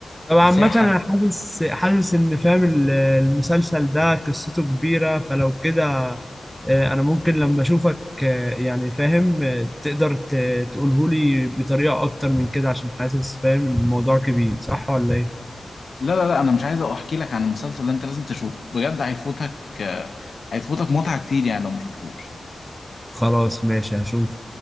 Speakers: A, in the centre; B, on the left (about 45°).
A: طب عامة
B: بس هي حس
A: أنا حاسس حاسس إن فاهم ال- المسلسل ده قصته كبيرة فلو كده آه، انا ممكن لما اشوفك آه، يعني فاهم آه، تقدر تقوله لي بطريقة اكتر من كده عشان حاسس فاهم إن الموضوع كبير صح ولا ايه
B: لا لا لا أنا مش عايز أحكي لك عن المسلسل ده أنت لازم تشوفه بجد هيفوتك آه، هيفوتك متعة كتير يعني لو مشفتوش
A: خلاص ماشي هشوف